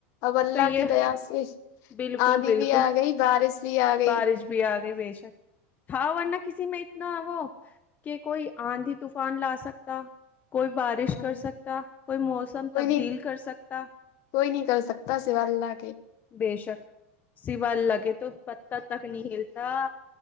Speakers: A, on the left (about 50°); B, on the left (about 25°).
A: اب اللہ
B: تو یہ
A: کی دیا سے
B: بالکل
A: آندھی
B: بالکل
A: بھی آ گئی بارش بھی آ گئی
B: بارش بھی آ گئی بےشک تھا ورنہ کسی میں اتنا وہ کہ کوئی آندھی طو فان لا سکتا کوئی بارش کر
A: کوئی
B: سکتا کوئی موسم تبدیل
A: نہیں
B: کر سکتا
A: کوئی نہیں کر سکتا سوا اللہ کے
B: بے شک سوائے اللہ کے تو پتہ تک نہیں ہلتا